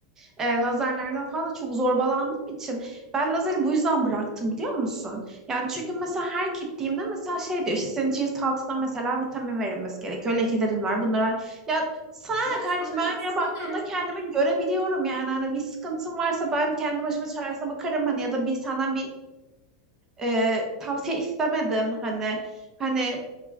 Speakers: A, on the right; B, on the left.
A: e, lazerlerden falan da çok zorbalandığım için ben lazeri bu yüzden bıraktım biliyor musun? Yani çünkü mesela her gittiğimde mesela şey diyor işte senin cilt altına mesela vitamin verilmesi gerekiyor. Lekelerin var bunlara. Ya sana
B: Ya
A: ne kardeşim
B: sana
A: ben
B: ne,
A: aynaya
B: sana
A: baktığımda
B: ne?
A: kendimi görebiliyorum yani. Hani bir sıkıntım varsa ben kendi başıma çaresine bakarım hani ya da bir senden bir e, tavsiye istemedim hani hani